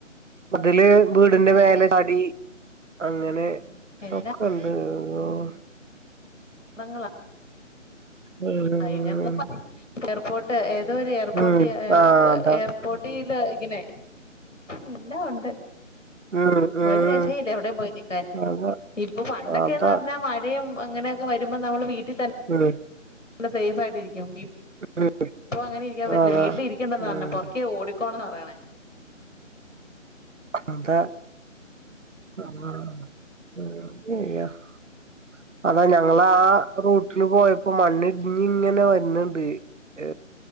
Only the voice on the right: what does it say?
മതില് വീടിന്റെ മേലെചാടി അങ്ങനെ
ഒകെണ്ട് ഓഹ്
ഉം
ഉം
ആഹ് അതാ
ഉം ഉം
അതാ
അതാ
ഉം
ഉം
അതാ
ഉം
അതാ <unintelligible> അതാ ഞങ്ങ ള് ആ റൂട്ടിന് പോയപ്പോ മണ്ണിടിഞ്ഞ് ഇങ്ങനെ വരുന്നുണ്ട്. ഏ